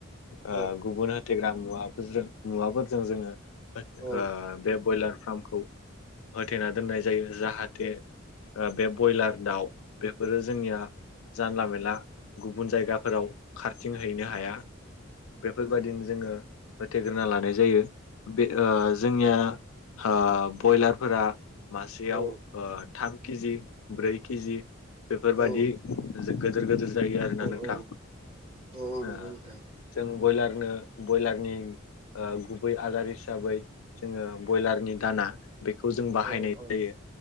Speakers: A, on the right; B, on the left.
A: औ
B: ओ गुबुन होथेग्रा मुवाफोरजों मुवाफोरजों जोङो बे
A: औ
B: ब्रयलार फार्मखौ होथेना दोननाय जायो जाहाथे ओ बे बयलार दाउ बेफोरो जोंनिया जानला मेनला गुबुन जायगा फोराव खारथिं हैनो हाया बेफोरबादिनो जोङो होथेग्रोना लानाय जायो। बे ओ जोंनिया ओ बयलारफोरा मासेयाव
A: औ
B: ओ थाम किजि ब्रै किजि बेफोरबादि
A: औ
B: जोग गोदोर गोदोर जायो आरोना नोंथां
A: औ नंगौ
B: ओ
A: नोंथां
B: जों ब्रयलारनो ब्रयलारनि ओ गु बै आदार हिसाबै जोङो ब्रयलारनि दाना बेखौ जों बाहायनाय
A: औ औ
B: जायो।